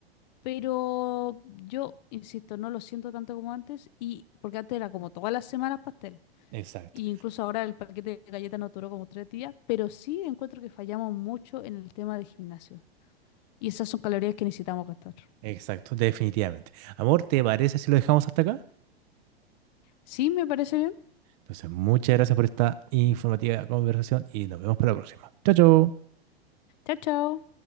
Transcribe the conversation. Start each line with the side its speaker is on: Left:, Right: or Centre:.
Left: pero yo insisto, no lo siento tanto como antes y porque antes era como todas las semanas pastel.
Right: exacto,
Left: Y incluso ahora el paquete de galletas nos duró como tres días, pero sí encuentro que fallamos mucho en el tema de gimnasio. Y esas son calorías que necesitamos gastar.
Right: exacto, definitivamente. Amor, ¿te parece si lo dejamos hasta acá?
Left: Sí, me parece bien.
Right: Entonces, muchas gracias por esta informativa conversación y nos vemos para la próxima. Chao, chao.
Left: Chao, chao.